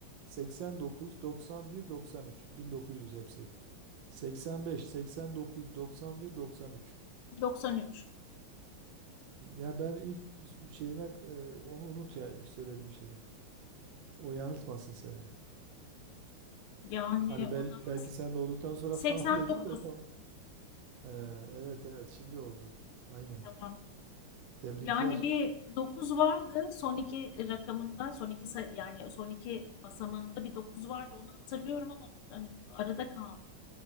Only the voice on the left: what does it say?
93.
Yani
o
zaman
89.
Tamam.
Yani bir dokuz vardı son iki rakamında, son iki say- yani son iki basamağında bir 9 vardı. Onu hatırlıyorum ama hani arada kaldı.